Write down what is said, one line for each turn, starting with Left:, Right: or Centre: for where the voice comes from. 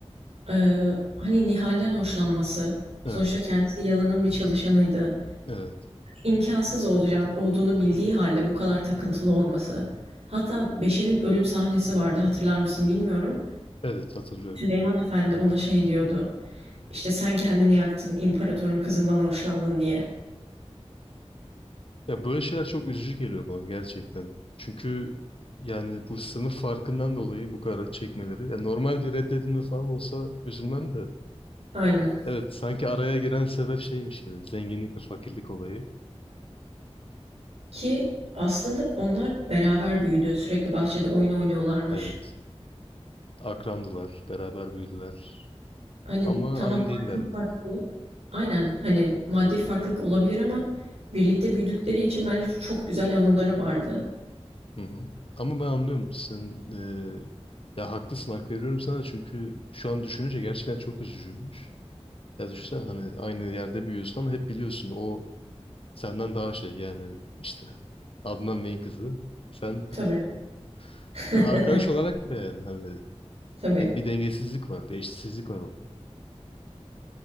Right: Ee, hani Nihal'den hoşlanması. Sonuçta
Left: Evet.
Right: kendisi Yalın'ın bir çalışanıydı.
Left: Evet.
Right: İmkansız olacağını, olduğunu bildiği halde bu kadar takıntılı olması. Hatta Beşir'in ölüm sahnesi vardı hatırlar mısın bilmiyorum.
Left: Evet hatırlıyorum.
Right: Süleyman Efendi ona şey diyordu. İşte sen kendini yaktın, imparatorun kızından hoşlandın diye.
Left: Ya böyle şeyler çok üzücü geliyor bana gerçekten. Çünkü yani bu sınıf farkından dolayı bu kadar acı çekmeleri. Ya normal bir reddedilme falan olsa üzülmem de.
Right: Aynen.
Left: Evet, sanki araya giren sebep şeymiş gibi. Zenginlik ve fakirlik olayı.
Right: Ki aslında onlar beraber büyüdü. Sürekli bahçede oyun oynuyorlarmış.
Left: Evet, akrandılar, beraber büyüdüler.
Right: Hani
Left: Ama
Right: tamam
Left: aynı
Right: maddi
Left: değillerdi.
Right: farklılık. Aynen hani maddi farklılık olabilir ama birlikte büyüdükleri için bence çok güzel anıları vardı.
Left: Hı hı. Ama ben anlıyorum. Sen e, ya haklısın, hak veriyorum sana. Çünkü şu an düşününce gerçekten çok üzücüymüş. Ya düşünsene hani aynı yerde büyüyorsun ama hep biliyorsun o Senden daha şey yani işte Adnan Bey'in kızı. Sen
Right: Tabii.
Left: <laughs>
Right: <laughs>
Left: işte arkadaş olarak bile yani hani
Right: Tabii.
Left: de- bir dengesizlik var, bir eşitsizlik var orada.